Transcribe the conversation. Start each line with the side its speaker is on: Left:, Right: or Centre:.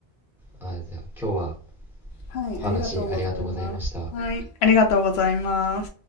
Centre: ああ、じゃあ今日は、
Left: はい、
Centre: お話ありがとうございました。
Left: ありがとうございます。はい、ありがとうございます。